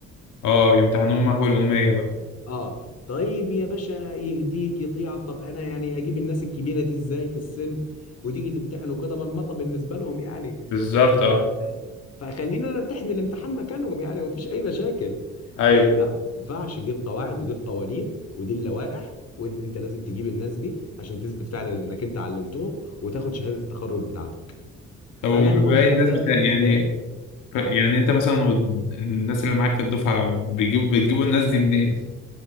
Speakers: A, on the left; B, on the left.
A: اه يمتحنون محو الأمية بقى
B: اه طيب يا باشا يهديك يطيعك طب انا يعني اجيب الناس الكبيره دي ازاي في السن وتيجي تمتحنوا كده مرمطه بالنسبه لهم يعني
A: بالظبط
B: ف <laughs>
A: اه
B: فخلينا انا امتحن الامتحان مكانهم يعني ومفيش اي مشاكل
A: ايوه
B: إيه لا ما ينفعش دي القواعد ودي القوانين ودي اللوائح وان انت لازم تجيب الناس دي عشان تثبت فعلا انك انت علمتهم وتاخد شهاده التخرج بتاعتك
A: طب وما
B: انا الموضوع
A: باقي الناس
B: ده
A: بتاع
B: بالنسبه
A: يعني
B: لي
A: ف-
B: اه
A: يعني انت مثلا والد- الناس اللي معاك في الدفعة بيجيب بتجيبوا الناس دي منين؟